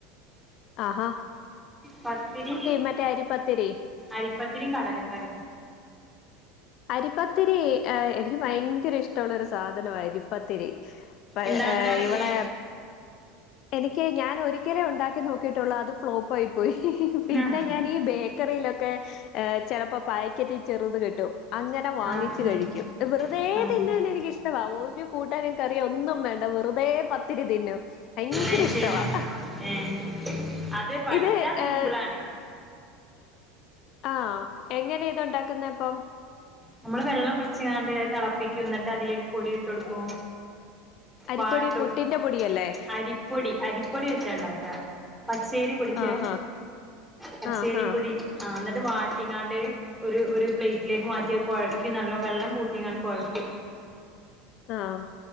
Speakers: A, on the left (about 50°); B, in the centre.
A: ആഹ് ആഹാ
B: പത്തിരി
A: മറ്റേ അരിപ്പത്തിരി
B: അരിപ്പത്തിരിയും കടലക്കറിയും
A: അരിപ്പത്തിരി എനിക്ക് ഭയങ്കരം ഇഷ്ടമുള്ള ഒരു സാധനമാണ് അരിപ്പത്തിരി പ
B: ഇണ്ടാക്കാറില്ലേ
A: ഏ ഇവിടെ എനിക്ക് ഞാൻ ഒരിക്കലേ ഉണ്ടാക്കി നോക്കിയിട്ടുള്ളൂ അത് ഫ്ലോപ്പ് ആയി പോയി പിന്നെ
B: ആഹ്
A: ഞാൻ ഈ ബേ ബേക്കറിയിലൊക്കെ് ചിലപ്പോ പാക്കറ്റ് ചെറുത് കിട്ടും അങ്ങനെ വാങ്ങിച്ച്
B: ആഹ് ആഹ്
A: കഴിക്കും വെറുതെതിനാൻ
B: ആഹ്
A: എനിക്കിഷ്ടം ഇഷ്ടവാ ഒരു കൂട്ടാനും കറിയു ഒന്നും വേണ്ട വെറുതെ പത്തിരി തിന്നും ഭയങ്കരം
B: അയ്
A: ഇഷ്ടവാ
B: ശരി ഏഹ് അത് പഠിച്ചാ
A: ഇത്
B: സിമ്പിളാണ്
A: ഏഹ് ആഹ് എങ്ങനെ ഇത് ഇണ്ടാക്കുന്ന അപ്പം
B: നമ്മള് വെള്ളം വെച്ചാണ്ട് അത് തിളപ്പിക്കും എന്നിട്ട് അതിലേക്ക് പൊടി ഇട്ട് കൊടുക്കും
A: അരിപ്പൊടി
B: വാട്ടും
A: പുട്ടിന്റെ പൊടിയല്ലേ?
B: അരിപ്പൊടി അരിപ്പൊടി വെച്ചാ ഉണ്ടാക്കാ പച്ചേരിപ്പൊടിച്ചേ
A: ആഹ്
B: പച്ചേരിപ്പൊടി
A: ആഹ് ആഹ് ആഹ്
B: ആ ഇന്നിട്ട് വാട്ടിങ്ങാണ്ട് ഒരു ഒരു പ്ലേറ്റിലേക്ക് മാറ്റി കുഴക്കും നല്ലോ വെള്ളം കൂട്ടിങ്ങാണ്ട് കുഴയ്ക്കും
A: ആഹ്